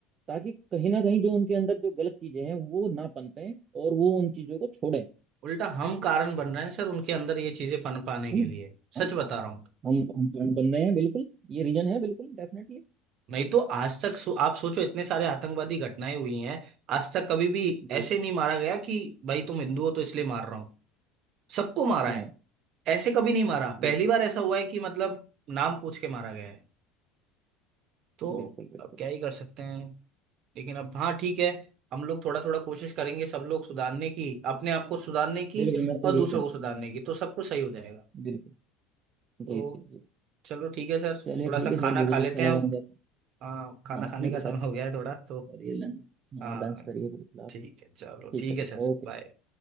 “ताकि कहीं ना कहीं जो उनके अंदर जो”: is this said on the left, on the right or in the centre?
Right